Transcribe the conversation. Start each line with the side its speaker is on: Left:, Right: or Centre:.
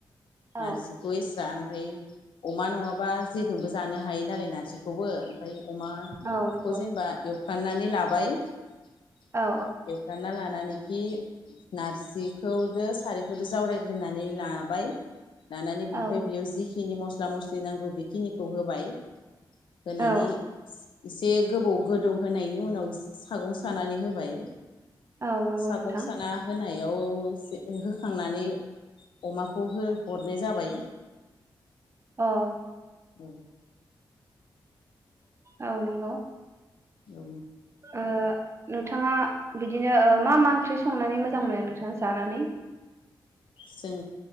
Right: औ
Left: नारजिखौ एसा ओमफ्राय अमा नङाबा जेजोंबो जानो हायो नालाय नारजिखौबो। ओमफ्राय अमाखौ
Right: औ नंगौ
Left: जेनेबा एवखनानै लाबा बाय
Right: औ
Left: एखना लानानै खि नारजिखौदो सारायखौदो जावरायग्रोनानै लाबाय। लानानै बिनिफ्राय
Right: औ
Left: बेयाव जिखिनि मस्ला मस्ला मस्लि नांगौ बेखिनिखौ होबाय। होनानै
Right: औ
Left: एसे गोबौ गोदौ होनायनि उनाव सागं सानानै होबाय।
Right: औ नंगौ
Left: सागं
Right: नोंथां
Left: साना होनाय बेयाव होखांनानै अमाखौ हो अरनाय जाबाय।
Right: औ।
Left: औ
Right: औ नंगौ।
Left: औ।
Right: आ नों नोंथाङा बिदिनो ओ मा मा ओंख्रि संनानै मोजां मोनो नोंथाङा जानानै?
Left: जों